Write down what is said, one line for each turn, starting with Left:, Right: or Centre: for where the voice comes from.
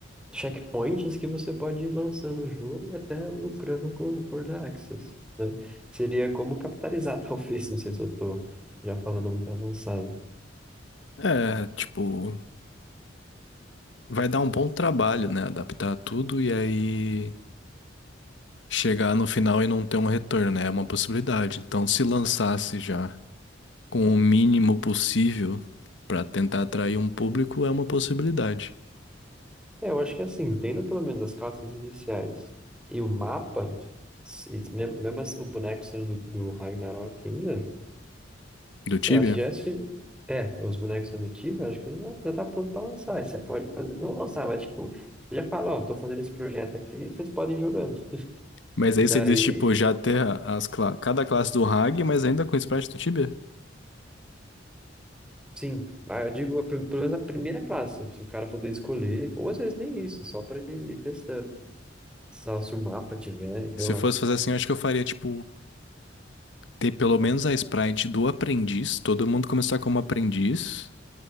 Centre: checkpoints que você pode ir lançando o jogo e até lucrando com o Early Access, né? Seria como capitalizar, <laughs> talvez, não sei se eu tô já falando muito avançado.
Left: É, tipo, vai dar um bom trabalho, né? Adaptar tudo e aí chegar no final e não ter um retorno, né? É uma possibilidade. Então, se lançasse já. com o mínimo possível pra tentar atrair um público é uma possibilidade
Centre: É, eu acho que é assim, tendo pelo menos as classes iniciais e o mapa, se- mesmo, mesmo assim, o boneco sendo do, do Ragnarok ainda,
Left: do Tibia.
Centre: Eu acho que já é, sufi- é, os bonecos adotivos, eu acho que já, já tá pronto pra lançar. Aí você pode fazer, não lançar, mas tipo, já fala, ó, tô fazendo esse projeto aqui, vocês podem ir jogando.
Left: Mas
Centre: E
Left: aí
Centre: daí,
Left: você diz, tipo, já ter as cla- cada classe do Hag, mas ainda com o sprite do Tibia?
Centre: sim, ah, eu digo a prim- pelo menos a primeira classe, se o cara poder escolher, ou às vezes nem isso, só pra ele ir testando. Só se o mapa tiver, sei
Left: Se
Centre: lá.
Left: eu fosse fazer assim, eu acho que eu faria, tipo, ter pelo menos a sprite do aprendiz, todo mundo começar como aprendiz.